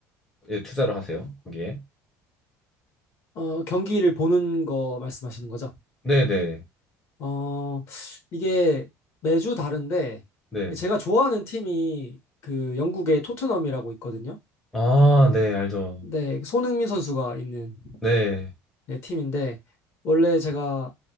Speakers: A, in the centre; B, on the left.
A: 투자를 하세요? 거기에?
B: 어, 경기를 보는 거 말씀하시는 거죠?
A: 네네,
B: 어, 이게 매주 다른데
A: 네.
B: 제가 좋아하는 팀이 그 영국의 토트넘이라고 있거든요.
A: 아, 네, 알죠.
B: 네, 그 손흥민 선수가 있는
A: 네,
B: 네, 팀인데 원래 제가